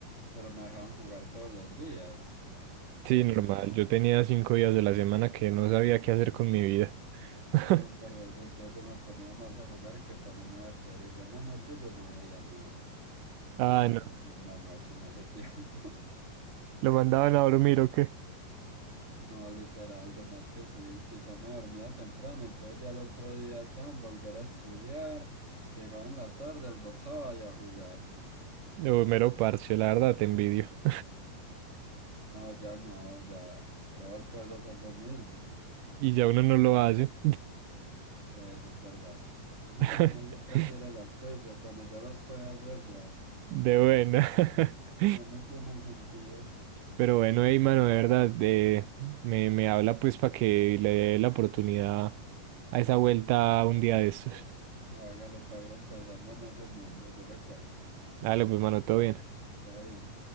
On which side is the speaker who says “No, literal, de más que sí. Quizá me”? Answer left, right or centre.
Right